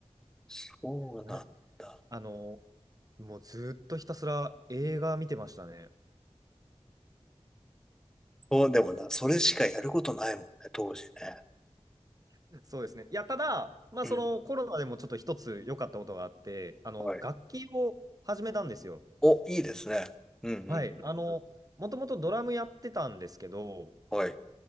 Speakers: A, in the centre; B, on the right (about 35°).
A: そうなんだ。
B: はいあの、もうずっとひたすら映画見てましたね。
A: そう、でもな、それしかやることないもんね、当時ね。
B: <laughs> そうですね。いや、ただ、まあ、
A: うん。
B: そのコロナでもちょっと一つ良かったことがあって、あの、
A: はい。
B: 楽器を始めたんですよ。
A: お、いいですね。うんうん。
B: はい。あの、もともとドラムやってたんですけど、
A: はい。